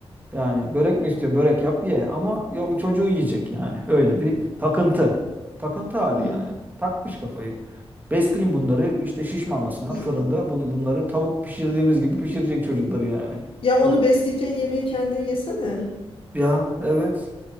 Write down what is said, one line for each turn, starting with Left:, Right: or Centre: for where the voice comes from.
Right: Yani börek mi istiyorsun? Börek yap ye. Ama ya o çocuğu yiyecek yani. Öyle bir takıntı. Takıntı hali
Left: Hı.
Right: yani. Takmış kafayı. Besleyin bunları işte şişmanlasınlar
Left: Ye-
Right: fırında. Bun- bunları tavuk pişirdiğimiz gibi pişirecek çocukları yani.
Left: Ya
Right: Doğru.
Left: onu besleyeceğin yemeği kendin yesene.
Right: Ya evet.